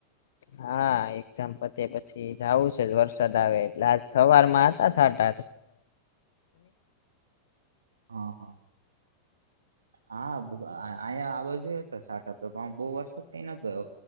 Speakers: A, on the left; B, on the right.
A: હા એકઝામ પતે પછી જાવું છે જ વરસાદ આવે એટલે આજ સવાર માં હતા સાટા.
B: હ હા હ. હા અહીંયા આ બાજુ એ હતો સાટા તો પણ બહુ વરસાદ કઈ નતો આયો.